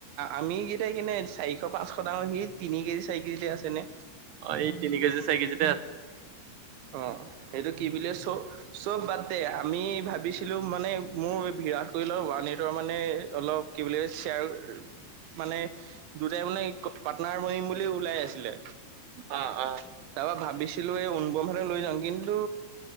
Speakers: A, on the right; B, on the right.
A: আমি কেইটাই কিনে চাৰি এশ পাঁচশ ডাৰ স তিনি কেজি চাৰি কেজিতে আছেনেে
B: অ এই তিনি কেজি চাৰি কেজি
A: অ সেইটো কি বুলি চ চব বাটতে আমি ভাবিছিলো মানে মোৰ বিৰাট কৰি লও ওৱান এইটৰ মানে অলপ কি বুলি শ্বেয়াৰ মানে দুটাই মানে পাটনাৰ বহিম বুলি ওলাই আছিলে
B: অ অ
A: তাৰপা ভাবিছিলো এই অন ব্ৰহেতে লৈ যাওঁ কিন্তু